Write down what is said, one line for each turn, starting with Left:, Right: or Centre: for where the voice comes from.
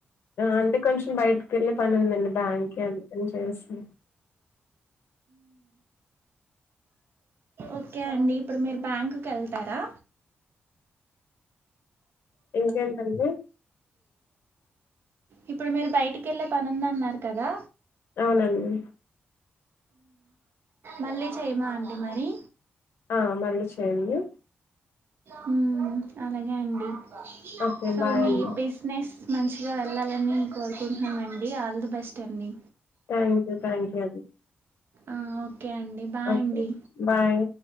Left: అంతే కొంచం బయట కెళ్ళే పని ఉందండి బ్యాంకి అందుకని చేసా
Right: ఓకే అండి ఇప్పుడు మీరు బ్యాంక్కి వెళ్తారా
Left: ఇంకేంటండి
Right: ఇప్పుడు మీరు బయటికి వెళ్ళే పని ఉంది అన్నారు కదా
Left: అవునండి
Right: మళ్ళీ చెయమా అండి మరి
Left: ఆ మళ్ళీ చేయండి
Right: హ్మ్ అలాగే అండి
Left: ఓకే
Right: సో
Left: బాయ్
Right: మీ
Left: అండి
Right: బిజినెస్ మంచిగా వెళ్ళాలని కోరుకుంటున్నామండి ఆల్ ది బెస్ట్ అండి
Left: థ్యాంక్ యూ థ్యాంక్ యూ అండి
Right: ఆ ఓ కే అండి బాయ్
Left: ఓకే
Right: అండి
Left: బాయ్